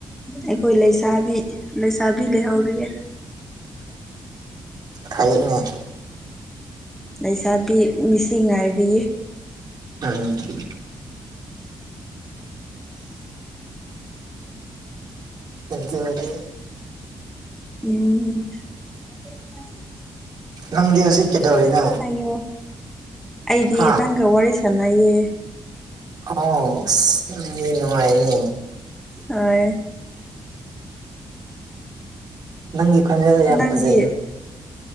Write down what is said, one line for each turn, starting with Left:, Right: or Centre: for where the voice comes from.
Centre: ꯑꯩꯈꯣꯏ ꯂꯩꯁꯥꯕꯤ ꯂꯩꯁꯥꯕꯤ ꯂꯩꯍꯧꯔꯤꯌꯦ
Right: ꯍꯥꯏꯅꯦ
Centre: ꯂꯩꯁꯥꯕꯤ ꯃꯤꯁꯤꯡ ꯉꯥꯏꯔꯤ
Right: ꯊꯦꯡꯨ ꯏꯗꯤ
Centre: ꯎꯝ ꯑ
Right: ꯅꯪꯗꯤ ꯍꯧꯖꯤꯛ ꯀꯩꯗꯧꯔꯤꯅꯣ
Centre: ꯑꯌꯣ ꯑꯩꯗꯤ
Right: ꯍꯥ
Centre: ꯅꯪꯒ ꯋꯥꯔꯤ ꯁꯥꯟꯅꯩꯌꯦ
Right: ꯑꯣ ꯅꯨꯡꯉꯥꯏꯅꯦ
Centre: ꯍꯣꯏ
Right: ꯅꯪꯒꯤ ꯈꯣꯟꯖꯦꯜ ꯌꯥꯝ
Centre: ꯅꯪꯦ
Right: ꯐꯖꯩꯅꯦ